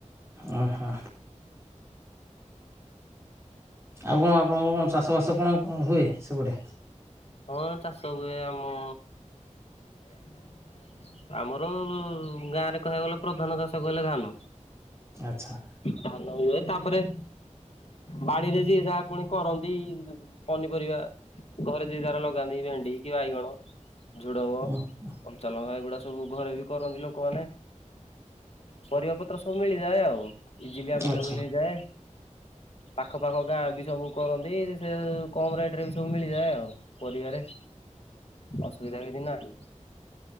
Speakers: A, on the right; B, on the left.
A: ହ ହ। ଆଉ କଣ ଆପଣଙ୍କ କଣ ଚାଷବାସ କଣ ହୁ-ହୁଏ ସେପେଟେ?
B: ହଁ ଚାଷ ହୁଏ ଆମ <inaudible> ଆମର ଗାଁରେ କହିବାକୁ ଗଲେ ପ୍ରଧାନ ଚାଷ କହିଲେ ଧାନ।
A: ଆଚ୍ଛା।
B: ଧାନ ହୁଏ ତାପରେ ବାଡିରେ ଯିଏ ଯାହା ପୁଣି କରନ୍ତି ପନିପରିବା ଘରେ ଯିଏ ଯାର ଲଗାନ୍ତି ଭେଣ୍ଡି କି ବାଇଗଣ ଝୁଡଙ୍ଗ
A: <unintelligible>
B: କଞ୍ଚା ଲଙ୍କା ଏଗୁଡା ସବୁ ଘରେ ବି କରନ୍ତି ଲୋକମାନେ। ପରିବା ପତ୍ର ସବୁ ମିଳିଯାଏ ଆଉ ଇଜିଲି ଆଭେଲେବୁଲ୍
A: ଆଚ୍ଛା
B: ହେଇଯାଏ। ପାଖ ପାାଖ ଗାଁ ବି ସବୁ କରନ୍ତି ସେ କମ୍ ରେଟ୍ ରେ ବି ସବୁ ମିଳିଯାଏ ଆଉ। ପରିବାରେ ଅସୁବିଧା କିିଛି ନାହିଁ।